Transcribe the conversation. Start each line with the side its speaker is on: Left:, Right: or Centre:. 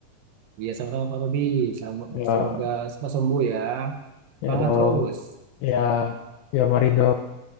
Right: Iya, sama-sama Pak Robi. Sama-
Left: Ya,
Right: Semoga cepat sembuh ya. Semangat
Left: ya dok.
Right: terus.
Left: Ya, ya mari dok.